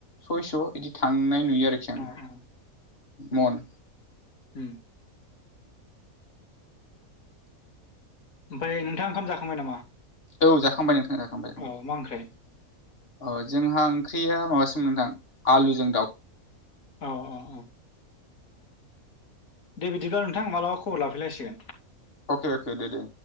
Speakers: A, on the left; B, on the left.
A: सयस' बिदि थांनाय नुयो आरोखि आं
B: औ औ
A: मन।
B: <inaudible> ओमफ्राय नोंथाङा ओंखाम जाखांबाय नामा?
A: औ जाखांबाय नोंथां जाखांबाय जाखांबाय
B: औ मा ओंख्रै?
A: औ जोंहा ओंख्रिया माबासो मोनदां आलुजों दाउ।
B: अ अ अ। दे बिदिब्ला नोंथां माब्लाबा खबर लाफैलायसिगोन।
A: अके अके दे दे।